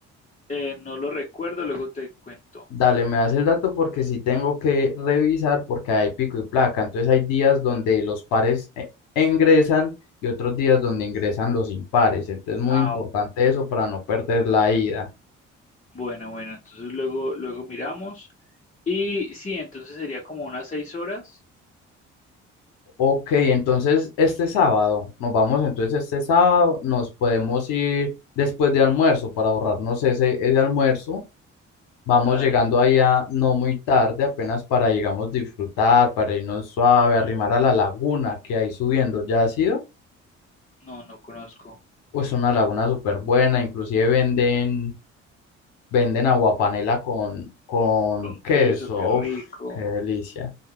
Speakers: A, on the left (about 20°); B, on the left (about 70°).
A: Eh, no lo recuerdo, luego te cuento.
B: Dale, me das el dato porque sí tengo que revisar porque hay pico y placa. Entonces hay días donde los pares eh, ingresan y otros días donde ingresan los impares. Entonces es muy
A: Ah,
B: importante eso para no perder la ida.
A: bueno, bueno, entonces luego, luego miramos. Y sí, entonces sería como unas seis horas.
B: Ok, entonces este sábado, nos vamos entonces este sábado, nos podemos ir después de almuerzo para ahorrarnos ese, ese almuerzo. Vamos
A: Dale,
B: llegando allá no muy tarde, apenas para, digamos, disfrutar, para irnos suave, arrimar a la laguna que hay subiendo. ¿Ya ha sido?
A: no, no conozco.
B: Pues una laguna súper buena, inclusive venden Venden aguapanela con, con
A: Con queso,
B: queso.
A: qué rico.
B: Uf, qué delicia.